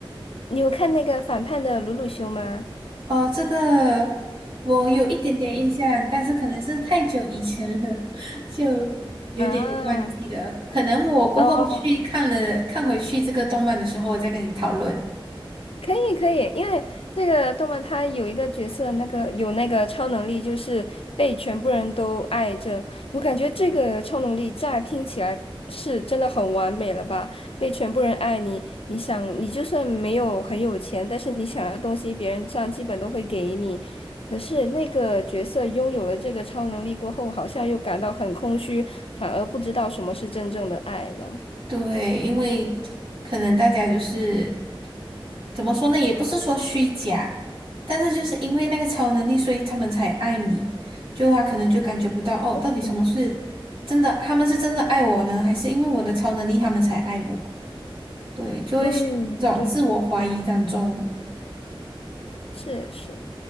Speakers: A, on the left; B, on the right.
A: 你有看那个反叛的鲁鲁修吗？
B: 哦，这个我有一点点印象，但是可能是太久以前了，<laughs> 就有点忘记了。
A: 啊，
B: 可能我过后去看了，
A: 哦，
B: 看回去这个动漫的时候，我再跟你讨论。
A: 可以可以，因为这个动漫它有一个角色，那个有那个超能力，就是被全部人都爱着。我感觉这个超能力乍听起来是真的很完美了吧？被全部人爱你，你想你就算没有很有钱，但是你想要的东西，别人这样基本都会给你。可是那个角色拥有了这个超能力过后，好像又感到很空虚，反而不知道什么是真正的爱了。
B: 对，因为可能大家就是怎么说呢，也不是说虚假，但是就是因为那个超能力，所以他们才爱你。就他可能就感觉不到哦，
A: 嗯
B: 到底什么是真的，他们是真的爱我呢，还是因为我的超能力他们才爱我？对，就会陷入这种自我怀疑当中。
A: 嗯，对对，是是。